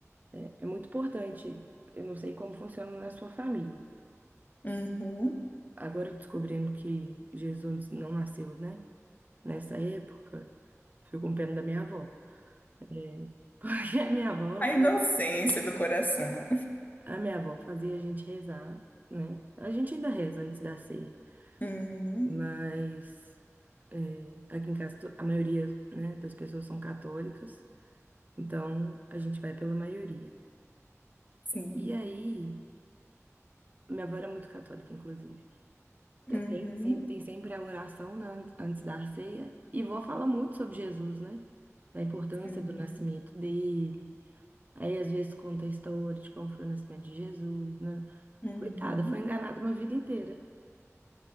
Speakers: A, on the right; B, on the left.
A: é, é muito importante. Eu não sei como funciona na sua família.
B: uhum.
A: Agora descobrindo que Jesus não nasceu, né, nessa época, fico com pena da minha avó. É, porque a minha avó,
B: A
A: fa-
B: inocência do coração.
A: a minha avó fazia a gente rezar, né? A gente ainda reza antes da ceia,
B: Uhum,
A: mas é, aqui em casa to- a maioria, né, das pessoas são católicas, então a gente vai pela maioria.
B: sim.
A: E aí, minha avó era muito católica, inclusive.
B: Uhum,
A: Te- Tem sempre, tem sempre a oração, né, an- antes da ceia, e vó fala muito sobre Jesus, né? Da importância
B: sim.
A: do nascimento dele. Aí, às vezes, conta a história de como foi o nascimento de Jesus, né?
B: Uhum.
A: Coitada, foi enganada uma vida inteira.